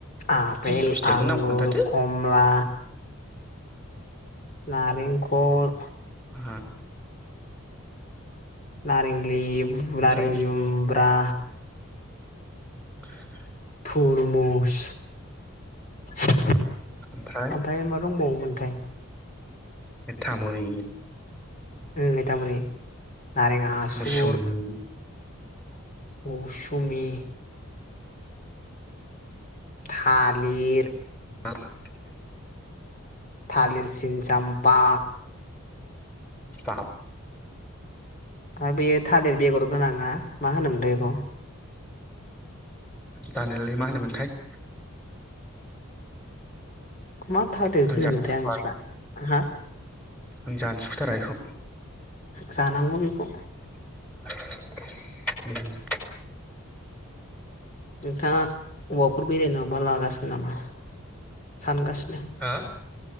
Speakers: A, on the left (about 35°); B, in the centre.
A: आपेल
B: दि फिथाइखौ
A: आंगुर
B: नामखौ खोन्थादो
A: कमला। नारेंखल,
B: <unintelligible>
A: नारें लेबु,
B: ओमफ्राय
A: नारें जुमब्रा।
B: <unintelligible>
A: तुरमुस ओमफाय
B: ओमफ्राय
A: मा दङबावो मोनथाय।
B: मिथा मै,
A: ओ मिथा मै नारें आसुगुर,
B: मुसुमि
A: औ सुमि, थालिर।
B: <unintelligible>
A: थालिर सिनिसाम्पा,
B: बाब,
A: ओमफाय बेयो थालिर बेगर गोनाङा मा होनोमोनलाय बेखौ।
B: जानोलै मा होनोमोनथाय।
A: मा थालिर होनोमोन्थाय
B: जानो सुखुथारा
A: आं मिथिला हा?
B: आं जानो सुखुथारा इखौ।
A: जानांगौ बेखौ
B: <unintelligible>
A: नोंथाङा अबावबाफोर बेरायनो माबा लागासिनो नामा सानगासिनो
B: हा